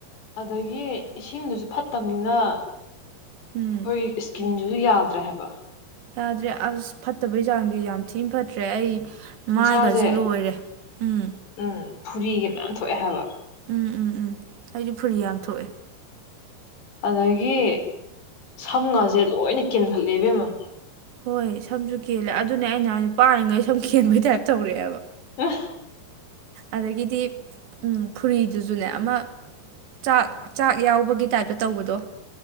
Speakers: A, on the left; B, on the right.
A: ꯑꯗꯒꯤ ꯏꯁꯤꯡꯗꯨꯖꯨ ꯐꯠꯇꯝꯅꯤꯅ
B: ꯎꯝ
A: ꯑꯈꯣꯏ ꯏꯁ ꯀꯤꯟꯖꯤꯁꯨ ꯌꯥꯗ꯭ꯔꯦ ꯍꯥꯏꯕ
B: ꯌꯥꯗ꯭ꯔꯦ ꯑꯁ ꯐꯠꯇꯕꯩ ꯆꯥꯡꯗꯤ ꯌꯥꯝ ꯊꯤ ꯐꯠꯇ꯭ꯔꯦ ꯑꯩ ꯃꯥꯏꯒꯖꯦ
A: ꯎꯟꯁꯥꯁꯦ
B: ꯂꯣꯏꯔꯦ ꯎꯝ
A: ꯎꯝ ꯐꯨꯔꯤꯒꯤ ꯃꯌꯥꯝ ꯊꯣꯛꯑꯦ ꯍꯥꯏꯕ꯫
B: ꯎꯝ-ꯎꯝ-ꯎꯝ ꯑꯩꯖꯨ ꯐꯨꯔꯤ ꯌꯥꯝ ꯊꯣꯛꯑꯦ꯫
A: ꯑꯗꯒꯤ ꯁꯝꯒꯖꯦ ꯂꯣꯏꯅ ꯀꯦꯟꯍꯠꯂꯦ ꯏꯕꯦꯝꯃ꯫
B: ꯍꯣꯏ ꯁꯝꯖꯨ ꯀꯦꯜꯂꯦ ꯑꯗꯨꯅꯦ ꯑꯩꯅ ꯍꯥꯏ ꯄꯥꯏꯔꯤꯉꯩ ꯁꯝ ꯀꯦꯟꯕꯩ ꯇꯥꯏꯞ ꯇꯧꯔꯛꯑꯦꯕ ꯫
A: ꯑ
B: ꯑꯗꯒꯤꯗꯤ ꯎꯝ ꯐꯨꯔꯤꯗꯨꯖꯨꯅꯦ ꯑꯃ ꯆꯥꯛ-ꯆꯥꯛ ꯌꯥꯎꯕꯒꯤ ꯇꯥꯏꯞꯇ ꯇꯧꯕꯗꯣ